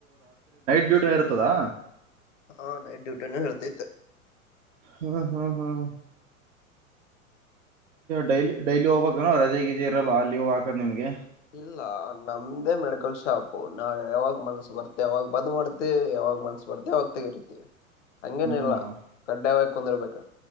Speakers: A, on the right; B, on the left.
A: ಡ್ಯೂಟ ಇರುತದಾ
B: ಹಾ ನೈಟ್ ಡ್ಯೂಟಿ ನ ಹೇಳ್ತತೆ
A: ಹ್ಮ್ ಹ್ಮ್ ಹ್ಮ್ ಡೈಲಿ ಡೈಲಿ ಹೋಗಬೇಕು ಕ ರೆಗ ಇ ಇರಲ್ಲ ಅಲ್ಲಿವ್ ಹಾಕದ ನಿಮ್ಗೆ
B: ಇಲ್ಲ ನಮ್ದೇ ಮೆಡಿಕಲ್ ಶಾಪ್ ನಾವ ಯಾವಾಗ ಮನ್ಸ ಬರ್ತ ಯಾವಾಗ ಬಂದ್ ಮಾಡ್ತಿವಿ ಯಾವಾಗ ಮನ್ಸ ಬರ್ತಿ ಅವಾಗ ತೆಗಿರ್ತಿವಿ ಹಂಗೇನ
A: ಹ್ಮ್
B: ಇಲ್ಲಾ ಕಡ್ಡಾಯಾವ ಕುಂದ ರ್ಬೇಕು